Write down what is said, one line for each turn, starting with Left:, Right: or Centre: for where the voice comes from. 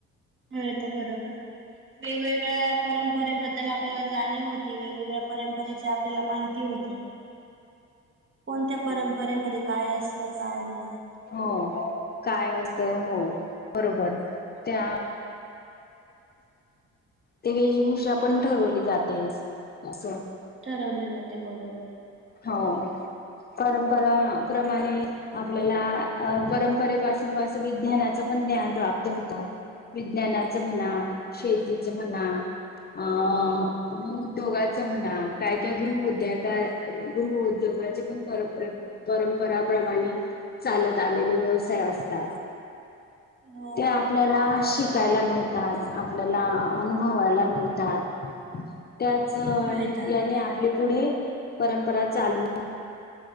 Right: मिळतो बरोबर वेगवेगळ्या परंपरेबद्दल आपल्याला जाणीव होती वेगवेगळ्या परंपरेच्या आपल्याला माहिती होते कोणत्या परंपरेमध्ये काय असतं काय नाही
Left: हो. काय असत हो बरोबर त्या ते वेशभूषा पण ठरवली जाते असं
Right: ठरवले जाते गरोर.
Left: हो परंपरापमाणे आपल्याला परंपरेपासून असं विज्ञानाचं पण ज्ञान प्राप्त होतं विज्ञानाचं म्हणा शेतीचं म्हणा अ उद्योगाचं म्हणा काय काय गृहउद्योग गृह उद्योगाचे पण परत परंपराप्रमाणे चालत आलेले व्यवसाय असतात
Right: हो
Left: ते आपल्याला शिकायला मिळत आपल्याला अनुभवाला मिळतात त्याच
Right: मिळतात.
Left: याने आपली पुढे परंपरा चालू